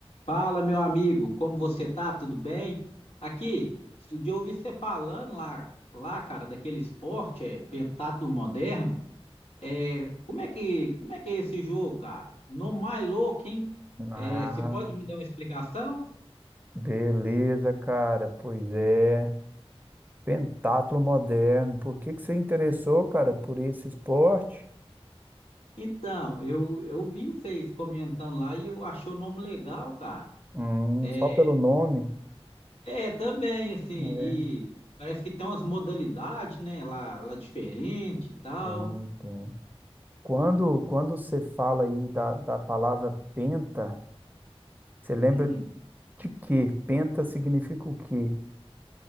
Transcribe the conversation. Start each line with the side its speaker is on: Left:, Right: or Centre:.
Left: Fala, meu amigo, como você tá? Tudo bem? Aqui, estudei ouvir você falando lá, lá, cara, daquele esporte, é pentatlo moderno. É, como é que, como é que é esse jogo, cara? No mais louco, hein?
Right: Ah,
Left: É, você pode me dar uma explicação?
Right: beleza, cara. Pois é. Pentatlo moderno. Por que que você interessou, cara, por esse esporte?
Left: Então, eu, eu vi vocês comentando lá e eu achei o nome legal, cara.
Right: Hum,
Left: É,
Right: só pelo nome?
Left: é também assim, e
Right: É.
Left: parece que tem umas modalidades, né, lá, lá diferente e tal.
Right: Tem, tem. Quando, quando você fala aí da, da palavra penta, você lembra
Left: Hum,
Right: de quê? Penta significa o quê?